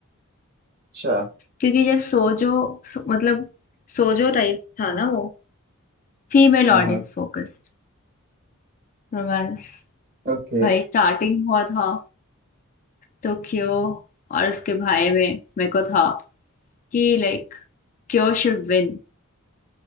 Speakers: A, on the right (about 45°); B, on the left (about 40°).
A: अच्छा
B: क्योंकि जब सोजो सो, मतलब सोजो टाइप था ना वो फीमेल
A: हाँ
B: ऑडियंस
A: हाँ
B: फोकस्ड रोमांस
A: ओके
B: भाई स्टार्टिंग हुआ था तो क्यो और उसके भाई में मेरे को था कि like Kyo should win